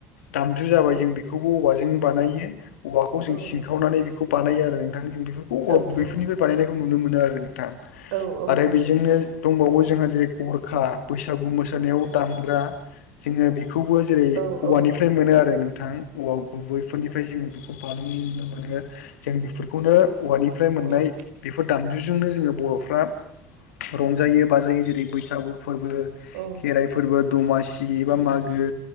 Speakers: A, on the left; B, on the right.
A: दामजु जाबाय
B: औ
A: जों बेखौबो औवाजों बानायो। औवाखौ जों
B: औ
A: सिनखावनानै
B: नंगौ
A: बेखौ बानायो आरो नोंथां जों बेखौ औवा
B: औ
A: गुबै
B: औ
A: फोरनिफ्राय बानायनायखौ नुनो मोनो आरो नोंथां
B: औ
A: आरो
B: नंगौ
A: बेजोंनो दंबावो जोंहा जेरै गरखा बैसागु मोसानायाव दामग्रा जोङो बेखौबो जेरै
B: औ
A: औवानिफ्राय
B: औ
A: मोनो आरो नोंथां। औवा गुबैफोरनिफ्राय जोङो बेखौ बानायनायन नुनो मोनो। जों बेफोरखौनो औवानिफ्राय
B: औ
A: मोननाय
B: औ
A: बेफोर दामजुजोंनो जोङो बर'फ्रा रंजायो बाजायो जेरै बैसागु फोरबो
B: औ।
A: खेराइ फोरबो दमासि एबा मागो